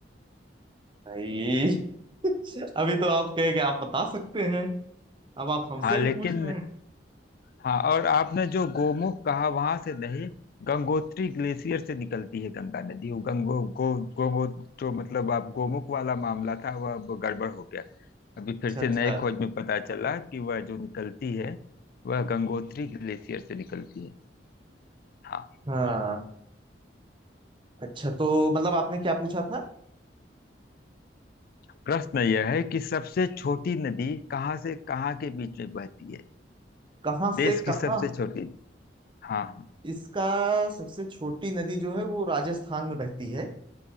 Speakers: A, on the right; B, on the left.
A: भाई <laughs> अभी तो आप कहे कि आप बता सकते हैं अब आप हमसे
B: हाँ लेकिन
A: ही पूछ रहे हैं
B: हाँ और आपने जो गोमुख कहा वहां से नहीं गंगोत्री ग्लेशियर से निकलती है गंगा नदी वो गंगो गो गोमो जो मतलब आप गोमुख वाला मामला था वह अब गड़बड़ हो गया अभी
A: अच्छा
B: फिर से
A: अच्छा
B: नए खोज में पता चला कि वह जो निकलती है वह गंगोत्री ग्लेशियर से निकलती है हाँ
A: हाँ अच्छा तो मतलब आपने क्या पूछा था
B: प्रश्न यह है कि सबसे छोटी नदी कहाँ से कहाँ के बीच में बहती है
A: कहाँ
B: देश
A: से कहाँ
B: की सबसे छोटी हाँ
A: इसका सबसे छोटी नदी जो है वो राजस्थान में बहती है